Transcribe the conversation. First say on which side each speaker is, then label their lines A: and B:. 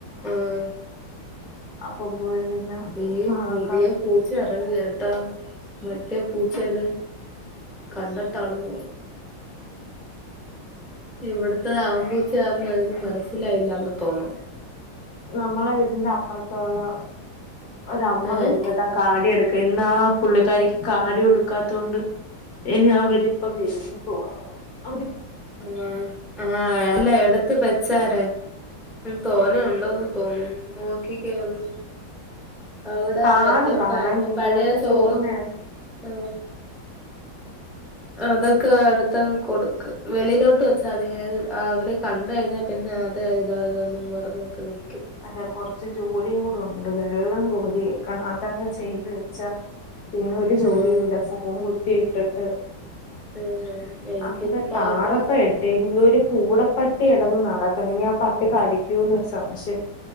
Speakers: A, in the centre; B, on the left (about 55°).
A: ആഹ
B: അപ്പൊ പോയി പിന്നെ
A: ഈ
B: പറക്കാം
A: പുതിയ പൂച്ച ഇറങ്ങിയട്ടാ മറ്റേ പൂച്ചല് കണ്ടെത്താണോ ഇവിടത്തെത ആംമ്പൂച്ചാന്ന അതിന് മനസ്സിലായില്ലന്ന് തോന്നുന്നു
B: നമ്മളെ വീടിന്റെ അപ്പുറത്തുള്ള ഒ അമ്മ
A: ഏഹ്
B: വരുന്നത്ത് ആ കാടി എടുക്ക ഇന്ന് ആ പുള്ളിക്കാരിക്ക് കാടി കൊടുക്കാത്ത കൊണ്ട് ഇനി അവരിപ്പ വരൂന്ന് തോന്നുന്നു അവ
A: ആ ആ അല്ല എടുത്ത് വെച്ചാര തോന്ന തോന്നും നോക്കിക്കന്നു അവിടെ
B: കാണും
A: മറ്റേ
B: കാണാൻ
A: പ
B: ഇന്നലത്തെ
A: പഴയ ചോറ്
B: ചോറും മെനഞ്ഞ
A: ആ അതൊക്കെ അടു പും കൊടു വെളിയിലോട്ട് വെച്ച അ അവരെ കണ്ട കഴിഞ്ഞാൽ പിന്നെ അത ഇതതൊന്നും പറഞ്ഞ നിക്ക ന
B: അതെ കൊറച്ചും ജോലിയും കൂടെ ഉണ്ടു കെ വെള്ളം കോരി വേക്കണം അതങ്ങ് ചെയ്ത്‌ വെച്ച പിന്നെ ഒരു ജോലി
A: ആഹ്
B: ഇല്ല ഫോൺ ത്തി എട്ടെട്ട്
A: ഉം എനിക്കിന്ന്
B: അവിടെ
A: പാത്രൊക്കെ
B: തടാറപ്പ എടുത്തേക്കുനെരു പൂടപ്പട്ടി ഇടന്ന് നടക്ക് ന്ന് ഇനി ആ പട്ടി കടിക്കുന്നൊരു സംശയം